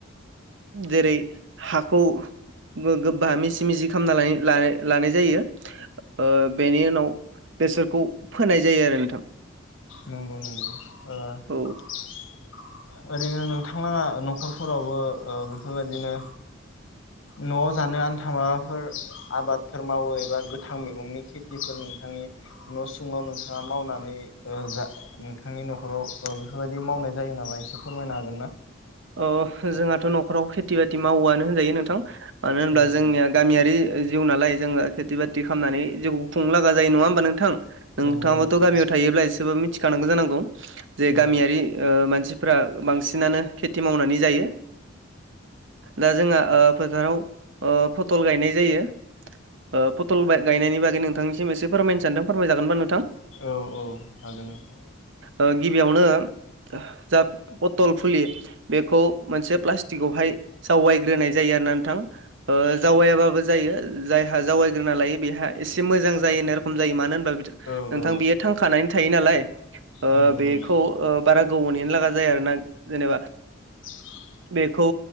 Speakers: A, on the right; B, on the left.
A: जेरै हाखौ गोबा मिसि मिजि खालामना लायो ला-लानाय जायो ओ बेनि उनाव बेसरखौ फोनाय जायो आरो नोंथां
B: नंगौ नंगौ ओ <unintelligible>
A: औ
B: ओरैनो नोंथाङा नखरफोरावबो ओ बेफोरबायदिनो न'आव जानो आन्था माबाफोर आबादफोर मावो एबा गोथां मैगंनि खेथिफोरनि नोंथांनि न' सुङाव नोंथाङा मावनानै ओ जा नोंथांनि नखराव बेफोरबायदि मावनाय जायो नामा एसे फोरमायनो हागोन ना
A: अ जोंहाथ' नखराव खेथि बाथि मावोआनो होनजायो नोंथां मानो होनब्ला
B: औ
A: जोंनिया
B: औ
A: गामियारि जिउ नालाय जोङो खेथि बाथि खामनानै जिउ खुंनो लागा जायो नङा होमबा नोंथां नोंथाङाबोथ'
B: नंगौ नंगौ
A: गामियाव थायोब्ला एसेबाबो मिथिखानांगौ जानांगौ जे
B: औ
A: गामियारि ओ मानसिफ्रा बांसिनानो खेथि मावनानै जायो दा जोंहा ओ फोथाराव ओ फटल गायनाय जायो ओ फटल बाय गायनायनि बागै नोंथांनिसिम एसे फोरमायनो सानदों फोरमाय जागोनबा नों
B: औ औ हागोन नोंथां
A: ओ गिबियावनो जा पथल फुलि बेखौ मोनसे प्लास्टिगावहाय जावायग्रोनाय जायो आरो ना नोंथां ओ जावायाबाबो जायो जायहा जावायग्रोना लायो बेहा एसे मोजां जायो नाय रखम जायो मानो होन बा बिथ
B: औ
A: नोंथां
B: औ
A: बियो थांखानानै थायो नालाय ओ
B: नंगौ
A: बेखौ
B: नंगौ
A: ओ बारा गोबाव नेनो लागा जायो आरो ना जेनेबा
B: <inaudible>
A: बेखौ